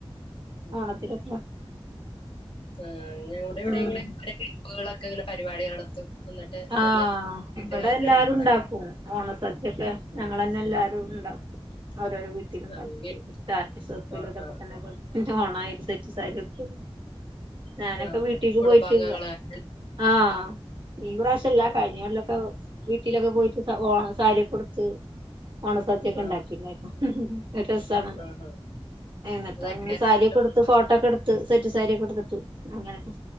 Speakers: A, on the left (about 65°); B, on the right (about 55°).
A: ഉം
B: ഓണത്തിനക്ക
A: ആ ഞങ്ങളുടെ ഇവിടെ
B: ഉം
A: ഇങ്ങനെ ഓരേ ഗ്രൂപ്പുകളൊക്കെ ഇങ്ങനെ പരിപാടി നടത്തും എന്നിട്ട്
B: ആഹ്
A: എല്ലാരും വീട്ടുകാരെ
B: ഇവിടെ എല്ലാരും
A: ഉൾപ്പെടെ
B: ഉണ്ടാക്കും ഓണസദ്യൊക്കെ
A: ഉം
B: ഞങ്ങൾ തന്നെ എല്ലാരും ഉണ്ടാക്കും അവരവര് വീട്ടിഇരുന്നുണ്ടാക്കിയിട്ട്
A: ഉം വീ
B: സ്റ്റാറ്റസ് വെക്കല്
A: ആ
B: ഇതൊക്കെ
A: ആ
B: തന്നെ പണി ഓണായിട്ട് സെറ്റ് സാരിയുട്ത്ത് ഞാനൊക്കെ
A: ആ
B: വീട്ടീക്ക്
A: ആ കുടുംബാംഗങ്ങള്
B: പോയിട്ട്
A: ആ
B: ആഹ് ഈ പ്രാവശ്യം അല്ല കഴിഞ്ഞ
A: ആ
B: കൊല്ലൊക്കെ വീട്ടിലൊക്കെ പോയിട്ട് ഓണ സാരിയൊക്കെ ഉടുത്ത് ഓണ സദ്യൊക്കെ ഉണ്ടാക്കിണ്ടായിരുന്നു
A: ആ
B: നല്ല രസാണത്
A: ആ
B: എന്നിട്ട
A: അതെ
B: ഞങ്ങള്
A: കേരളീയ
B: സാരിയൊക്കെ ഉടുത്ത് ഫോട്ടോ ഒക്കെ എടു ത്ത് സെറ്റ് സാരിയൊക്കെ ഉടുത്തിട്ട് അങ്ങനൊക്കെ